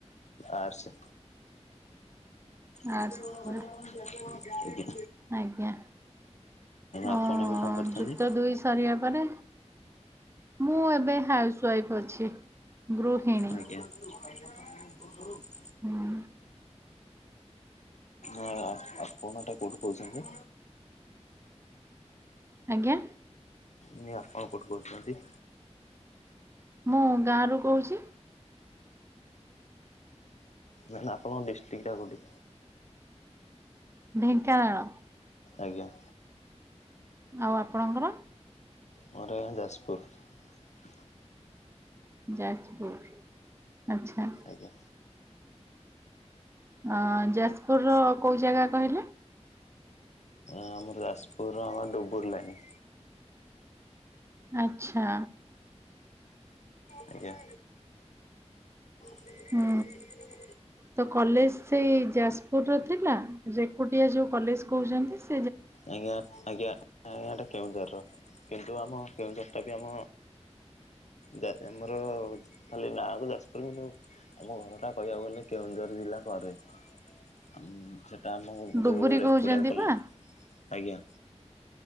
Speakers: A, on the left; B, on the right.
A: ଆର୍ ସେ <inaudible>
B: ଆର୍ଟସ୍ ଥିଲା ଆଜ୍ଞା। ହଁ
A: ଆପଣ ଏବେ କଣ କରୁଛନ୍ତି?
B: ଯୁକ୍ତ ଦୁଇ ସାରିବା ପରେ। ମୁଁ ଏବେ ହାଉସ ୱାଇଫ ଅଛି ଗୃହିଣୀ।
A: ଆଜ୍ଞା <unintelligible>
B: ହୁଁ
A: ଆ-ଆ-ଆ-ଆପଣ ଏଟା କଉଠୁ କହୁଛନ୍ତି?
B: ଆଜ୍ଞା।
A: ନାଇ ଆପଣ କଉଠୁ କହୁଛନ୍ତି?
B: ମୁଁ ଗାଁ ରୁ କହୁଛି।
A: ନା ନା ଆପଣଙ୍କ ଡିଷ୍ଟ୍ରିକ୍ଟ ଟା କଉଠି?
B: ଢେଙ୍କାନାଳ।
A: ଆଜ୍ଞା।
B: ଆଉ ଆପଣଙ୍କର?
A: ମୋର ଆଜ୍ଞା ଯାଜପୁର।
B: ଯାଜପୁର ଆଚ୍ଛା।
A: ଆଜ୍ଞା।
B: ଅ ଯାଜପୁର ର କୋଉ ଜାଗା କହିଲେ?
A: ଆମର ଯାଜପୁରର ଆମ ଡୁବୁର ଲାଇନି।
B: ଆଚ୍ଛା।
A: ଆଜ୍ଞା। ଆ
B: ହୁଁ। ତ କଲେଜ ସେଇ ଯାଜପୁର ର ଥିଲା ରେକୁଟିଆ ଯୋଉ କଲେଜ କହୁଛନ୍ତି ସ
A: ଆଜ୍ଞା ଆଜ୍ଞା। ଆଜ୍ଞା ଏଟା କେଉଁଝରର କିନ୍ତୁ ଆମ କେଉଁଝର ଟା ବି ଆମ। ଜା ଆମର ଖାଲି ନାଁକୁ ଯାଜପୁର କିନ୍ତୁ ଆମ ଘରଟା କହିବାକୁ ଗଲେ କେଉଁଝର ଜିଲ୍ଲାକୁ। ଘରେ ଅମ ସେଇଟା ଆମ
B: ଡୁବୁରି
A: ଯୋଉ ରେକୁଡ଼ିଆ
B: କହୁଛନ୍ତି
A: କଲ।
B: ପା
A: ଆଜ୍ଞା।